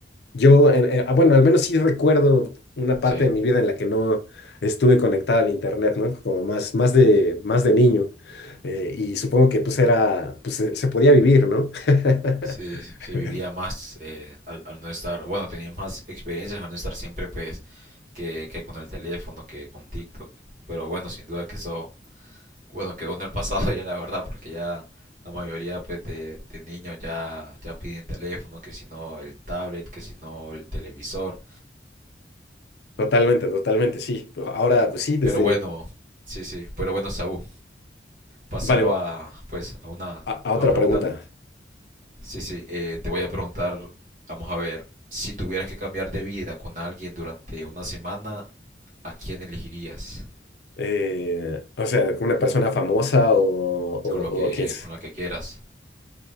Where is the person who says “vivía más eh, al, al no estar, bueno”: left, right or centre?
Right